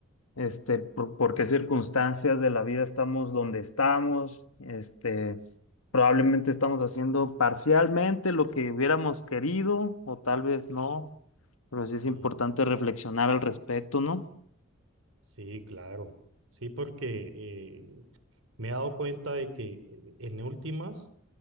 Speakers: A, on the left (about 85°); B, on the right (about 75°).
A: este, por, por qué circunstancias de la vida estamos donde estamos. Este, probablemente estamos haciendo parcialmente lo que hubiéramos querido o tal vez no, pero sí es
B: Ujú.
A: importante reflexionar al respecto, ¿no?
B: Sí, claro. Sí, porque eh, me he dado cuenta de que eh, en últimas,